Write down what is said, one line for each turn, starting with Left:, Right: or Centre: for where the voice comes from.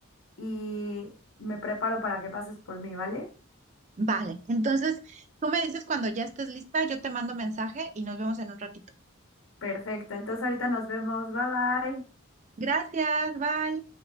Left: y me preparo para que pases por mí, ¿vale?
Right: Vale, entonces tú me dices cuando ya estés lista, yo te mando mensaje y nos vemos en un ratito.
Left: Perfecto. Entonces ahorita nos vemos. Bye bye.
Right: Gracias, bye.